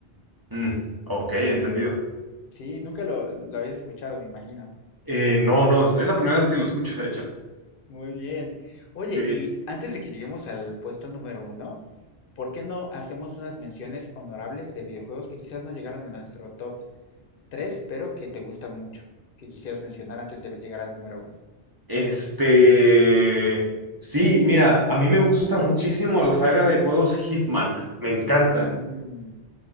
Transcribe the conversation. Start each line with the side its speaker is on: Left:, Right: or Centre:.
Right: Mm, Ok, entendido.
Left: Sí, nunca lo, lo habías escuchado, me imagino.
Right: Eh, no, no, es la primera vez que lo escucho, de hecho.
Left: Muy bien. Oye,
Right: Sí.
Left: y antes de que lleguemos al puesto número uno, ¿por qué no hacemos unas menciones honorables de videojuegos que quizás no llegaron a nuestro top Tres, pero que te gusta mucho, que quisieras mencionar antes de llegar al número uno.
Right: Este, sí, mira, a mí me gusta muchísimo la saga de juegos Hitman, me encantan.
Left: Mm,